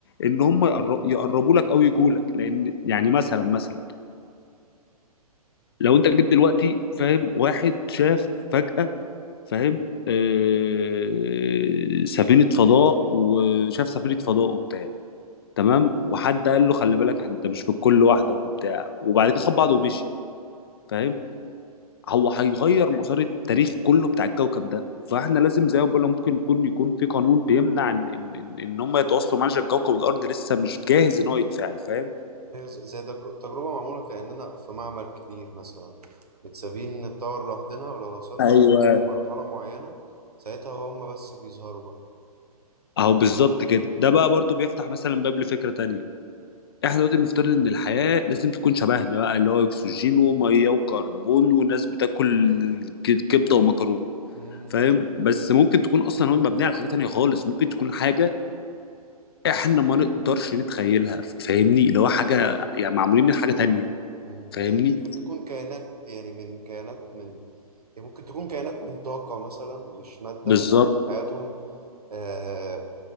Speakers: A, on the left; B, on the right.
A: ان هم يقر- يقربوا لك او يجوا لك لان يعني مثلا مثلا لو انت جيت دلوقتي فاهم واحد شاف فجأة فاهم آه سفينة فضاء وشاف سفينة فضاء وبتاع تمام وحد قال له خلي بالك انت مش في الكل لوحدك وبتاع وبعد كده خد بعضه ومشي فاهم هو هيغير مسار التاريخ كله بتاع الكوكب ده فاحنا لازم زي ما بقول لك ممكن يكون يكون في قانون بيمنع ان ان ان إن هم يتواصلوا معاه عشان كوكب الارض لسه مش جاهز ان هو يتفاعل فاهم
B: هي ز- زي تجر- تجربة معمولة كأننا في معمل كبير مثلا متسابين نتطور لوحدنا ولو وصلنا
A: ايوه
B: لمرحلة معينة ساعتها هم بس بيظهروا بقى
A: اهو بالظبط كده ده بقى برضو بيفتح مثلا باب لفكره تانية احنا دلوقتي بنفترض ان الحياه لازم تكون شبهنا بقى اللي هو اكسجين
B: مم.
A: وميه وكربون والناس بتاكل ك- كبده ومكرونه
B: مم.
A: فاهم بس ممكن تكون اصلا هو مبنيه على حاجه تانية خالص ممكن تكون حاجه احنا ما نقدرش نتخيلها فاهمني اللي هو حاجه يعني معمولين من حاجه تانية
B: مم.
A: فاهمني
B: يعني ممكن تكون كائنات يعني من كائنات من يعني ممكن تكون كائنات من طاقة مثلا مش مادة
A: بالظبط
B: أو حياتهم آه،